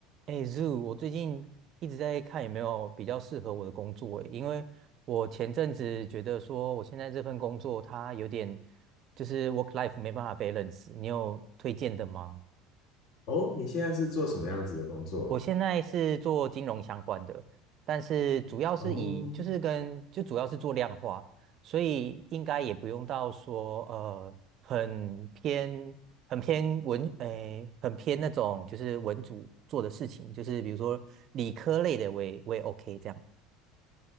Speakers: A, on the right (about 45°); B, on the left (about 60°).
A: 哎，Zoo，我最近一直在看有没有比较适合我的工作诶，因为我前阵子觉得说我现在这份工作它有点就是 work life 没办法 balance，你有推荐的吗？
B: 哦，你现在是做什么样子的工作？
A: 我现在是做金融相关的，但是主要是以就是跟就主要是做量化，
B: 哦，
A: 所以应该也不用到说呃很偏很偏文诶、很偏那种就是文组做的事情，就是比如说理科类的我也我也 OK 这样。